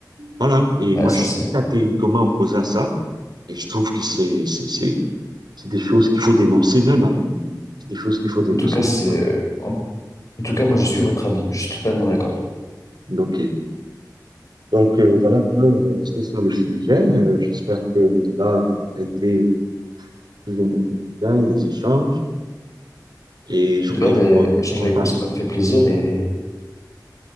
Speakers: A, on the right; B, on the left.
A: Voilà. Et
B: Ouais,
A: moi,
B: ça,
A: je suis
B: c'est,
A: catégoriquement opposé à ça. Et je trouve que c'est, c'est, c'est, c'est des choses qu'il faut dénoncer, même à la limite. C'est des choses qu'il faut dénoncer.
B: en tout cas, c'est,
A: C'est pas...
B: en, en tout cas, moi, je suis votre avis. Je suis totalement d'accord.
A: OK. Donc, euh, voilà un peu, euh, c'était ça le sujet. Euh, j'espère que le débat a été plus ou moins convivial, les échanges. Et je
B: En
A: voulais
B: tout cas, l'échange
A: vraiment qu'on
B: avec
A: parle.
B: vous, ça m'a fait plaisir et,